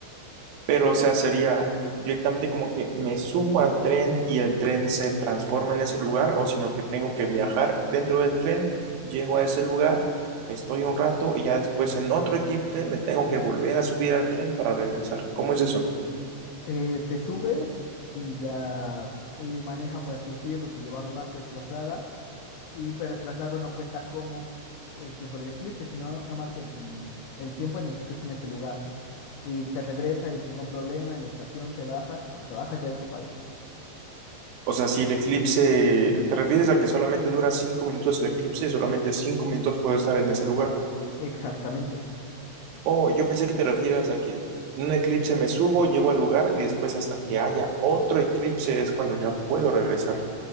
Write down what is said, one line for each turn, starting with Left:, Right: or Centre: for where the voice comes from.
Right: pero o sea, sería directamente como que me subo al tren y el tren se transforma en ese lugar, o sino que tengo que viajar dentro del tren, llego a ese lugar, estoy un rato y ya después en otro eclipse me tengo que volver a subir al tren para regresar. ¿Cómo es eso?
Left: Eh, te subes y ya eh, maneja, por así decirlo, te lleva a un lugar, te traslada, y, pero el traslado no cuenta como el tiempo del eclipse, sino nomás el, el tiempo en el que estés en ese lugar. Y te regresa y sin ningún problema en la estación te bajas, y cuando te bajas ya desaparece.
Right: O sea, si el eclipse, ¿te refieres a que solamente dura cinco minutos el eclipse y solamente cinco minutos puedo estar en ese lugar?
Left: Exactamente.
Right: Oh, yo pensé que te refieras a que en un eclipse me subo, llego al lugar y después hasta que haya otro eclipse es cuando ya puedo regresar.